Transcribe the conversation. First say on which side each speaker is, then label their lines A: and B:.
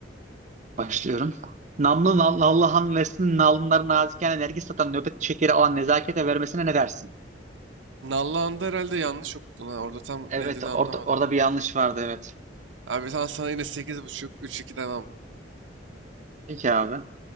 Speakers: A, on the right; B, on the right.
A: Başlıyorum. Namlı nal- Allah'ın versin nalınların naziken enerji satan nöbet şekeri alan nezakete vermesine ne dersin?
B: Nallıhan'da herhalde yanlış okudun ha. Orada tam
A: Evet
B: ne dediğini
A: orada,
B: anlamadım.
A: orada bir yanlış vardı evet.
B: Abi sana, sana yine sekiz buçuk üç iki devam.
A: Peki abi